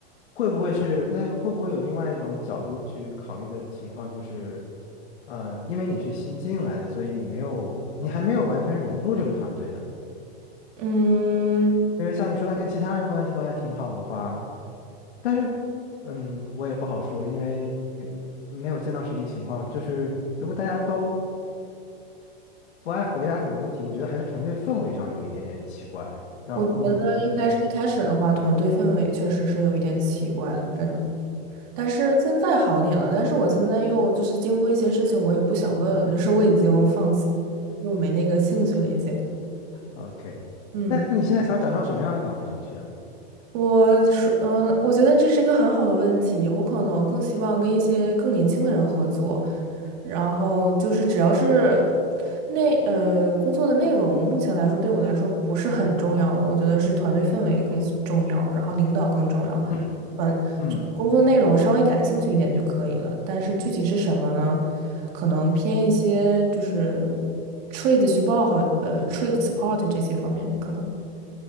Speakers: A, on the left; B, on the right.
A: 会不会是，那会不会有另外一种角度去考虑的情况，就是，呃，因为你是新进来的，所以你没有，你还没有完全融入这个团队呢。
B: 嗯，
A: 因为像你说，他跟其他人的关系都还挺好的话，但是，嗯，我也不好说，因为没有见到实际情况。就是如果大家都不爱回答你的问题，我觉得还是团队氛围上有一点点奇怪。但我不能，
B: 我觉得应该是一开始的话，
A: 我不敢。
B: 团队氛围确实是有一点奇怪的，真的。但是现在好点了，但是我现在又就是经过一些事情，我也不想问了，就是我已经放弃，又没那个兴趣了，已经。
A: OK，
B: 嗯。
A: 那你现在想转到什么样的岗位上去啊？
B: 我说，呃，我觉得这是一个很好的问题。我可能更希望跟一些更年轻的人合作，然后就是只要是内，呃，工作的内容，目前来说对我来说不是很重要了。我觉得是团队氛围更重要，然后领导更重要。
A: 嗯
B: 团
A: 嗯，
B: 工作内容稍微感兴趣一点就可以了，但是具体是什么呢？可能偏一些就是 trade 去报好，呃 trade support 这些方面可能。